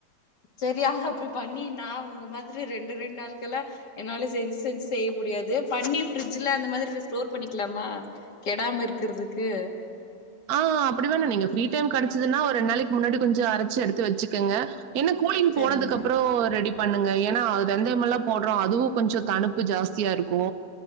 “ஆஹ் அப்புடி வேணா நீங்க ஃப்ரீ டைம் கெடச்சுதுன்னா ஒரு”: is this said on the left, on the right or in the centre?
Right